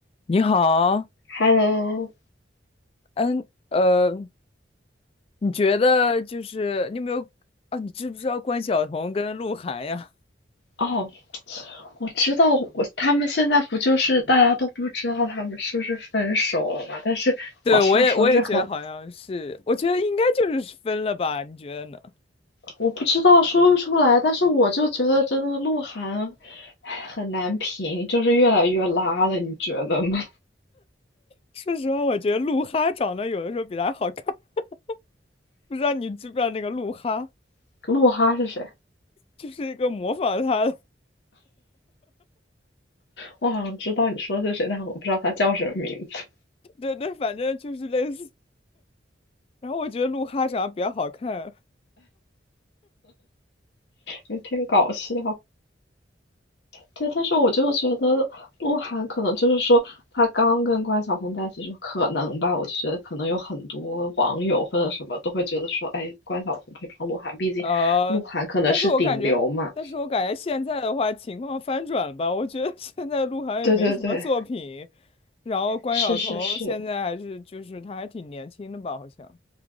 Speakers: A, on the left; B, on the left.
A: 你好，
B: Hello，
A: 嗯，呃，你觉得就是你有没有啊？你知不知道关晓彤跟鹿晗呀？
B: 哦，我知道我，他们现在不就是大家都不知道他们是不是分手了嘛？但是好像说是很，
A: <laughs> 对，我也我也觉得好像是，我觉得应该就是分了吧？你觉得呢？
B: 我不知道说不出来，但是我就觉得真的鹿晗唉很难评，就是越来越拉了，你觉得呢？
A: 说实话，我觉得鹿哈长得有的时候比他好看，<laughs> 不知道你知不知道那个鹿哈，
B: <laughs> 鹿哈是谁？
A: 就是一个模仿他的，
B: 我好像知道你说的是谁，但我不知道他叫什么名字，
A: <laughs> 对对，反正就是类似。然后我觉得鹿哈长得比较好看，
B: 有点搞笑。对，但是我就觉得鹿晗可能就是说，他刚跟关晓彤在一起就可能吧，我就觉得可能有很多网友或者什么都会觉得说，哎，关晓彤配不上鹿晗，毕竟鹿晗可能是顶流嘛。
A: 呃，但是我感觉，但是我感觉现在的话情况翻转了吧？我觉得现在鹿晗也没什么作品，
B: 对对对，
A: 然后关晓彤现在还是就是她还挺年轻的吧？
B: 是是是，
A: 好像，